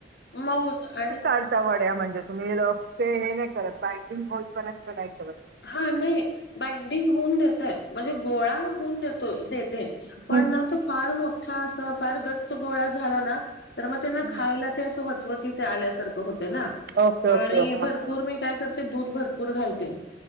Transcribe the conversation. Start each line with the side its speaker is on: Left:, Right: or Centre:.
Left: मऊच आणि
Right: पडता वाड्या म्हणजे तुम्ही लोक ते हे नाय करत बाइंडिंग होईपर्यंत नाही ठेवत.
Left: हा नय बाइंडिंग होऊन देतय म्हणजे गोळा होऊन देतोय देत ते पण
Right: हम्म,
Left: न तो फार मोठा अस फार गच्च गोळा झाला ना तर म त्यांना
Right: हम्म.
Left: खायला ते असं वचवच इथ आल्यासारखं होते ना
Right: ओके ओके
Left: आणि
Right: हा
Left: भर
Right: हा
Left: पूर मी काय करते दूध भरपूर घालते.